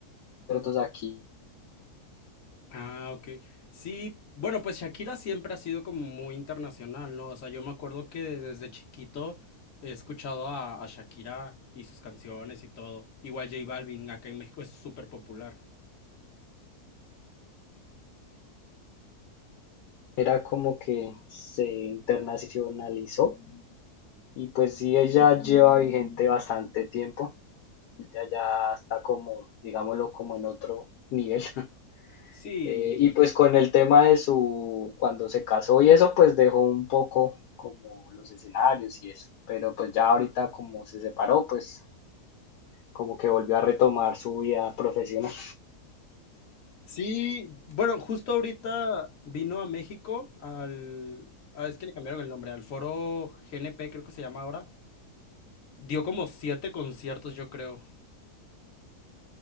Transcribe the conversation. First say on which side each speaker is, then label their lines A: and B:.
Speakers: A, on the left (about 80°); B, on the left (about 55°).
A: otros aquí.
B: Ah, ok. Sí, bueno, pues Shakira siempre ha sido como muy internacional, ¿no? O sea, yo me acuerdo que desde chiquito he escuchado a, a Shakira y sus canciones y todo. Igual J Balvin, acá en México es súper popular.
A: Era como que se internacionalizó y pues sí, ella lleva vigente bastante tiempo. Ella ya está como, digámoslo, como en otro nivel. <laughs>
B: Sí,
A: Eh, y pues con el tema de su, cuando se casó y eso, pues dejó un poco como los escenarios y eso. Pero pues ya ahorita como se separó, pues como que volvió a retomar su vida profesional.
B: Sí, bueno, justo ahorita vino a México al, ah, es que le cambiaron el nombre, al Foro GNP creo que se llama ahora. Dio como siete conciertos, yo creo,